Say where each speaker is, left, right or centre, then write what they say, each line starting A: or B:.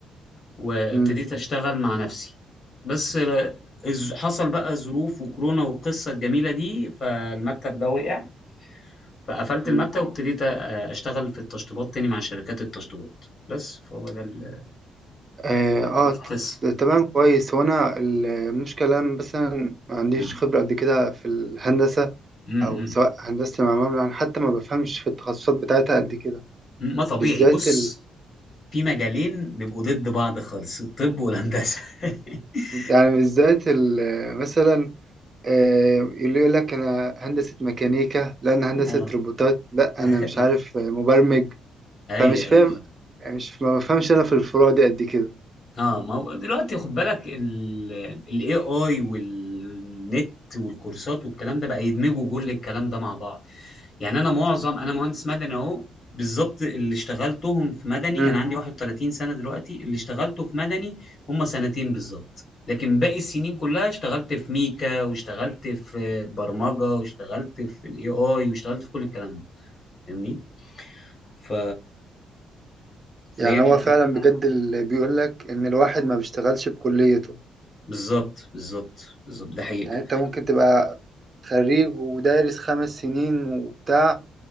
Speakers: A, on the left; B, on the right.
A: وابتديت
B: امم
A: اشتغل مع نفسي بس ل- الز- حصل بقى ظروف وكورونا والقصة الجميلة دي فالمكتب ده وقع فقفلت
B: امم
A: المكتب وابتديت أ- اشتغل في التشطيبات تاني مع شركات التشطيبات بس فهو ده ال-
B: اه آه،
A: القصة
B: ت- تمام كويس هو انا المشكلة أنا مثلا ما عنديش
A: مم.
B: خبرة قد كده في الهندسة
A: مم.
B: او
A: مم.
B: سواء هندسة معمار يعني حتى ما بفهمش في التخصصات بتاعتها قد كده
A: ما طبيعي
B: بالذات
A: بص
B: ال...
A: في مجالين بيبقوا ضد بعض خالص الطب والهندسة <laughs>
B: يعني بالذات ال... مثلا آه، اللي يقول لك انا هندسة ميكانيكا لا انا هندسة
A: اه
B: روبوتات لا
A: <laughs>
B: انا مش
A: اي
B: عارف آه، مبرمج
A: اي
B: فمش فاهم
A: اي
B: يعني مش ما بفهمش انا في الفروع دي قد كده
A: اه ما هو دلوقتي خد بالك الاي اي والنت والكورسات والكلام ده بقى يدمجوا كل الكلام ده مع بعض يعني انا معظم انا مهندس مدني اهو بالظبط اللي اشتغلتهم في مدني
B: امم
A: انا عندي 31 سنة دلوقتي اللي اشتغلته في مدني هم سنتين بالظبط لكن باقي السنين كلها اشتغلت في ميكا واشتغلت في برمجة واشتغلت في الاي اي واشتغلت في كل الكلام ده فاهمني ف فهي
B: يعني
A: دي
B: هو
A: الفكرة
B: فعلا بجد اللي بيقول لك ان الواحد ما بيشتغلش بكليته
A: بالظبط بالظبط بالظبط ده حقيقة
B: يعني انت ممكن تبقى خريج ودارس خمس سنين وبتاع